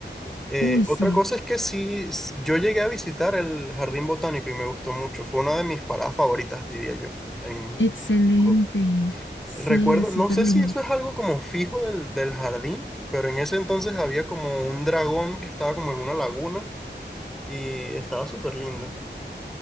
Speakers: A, in the centre; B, on the left (about 85°).
A: Eh,
B: Uy, sí.
A: otra cosa es que sí, s- yo llegué a visitar el Jardín Botánico y me gustó mucho. Fue una de mis paradas favoritas, diría yo. En...
B: Excelente.
A: Bogotá.
B: Sí,
A: Recuerdo,
B: es
A: no
B: súper
A: sé
B: lindo.
A: si eso es algo como fijo del, del jardín, pero en ese entonces había como un dragón que estaba como en una laguna y estaba súper lindo.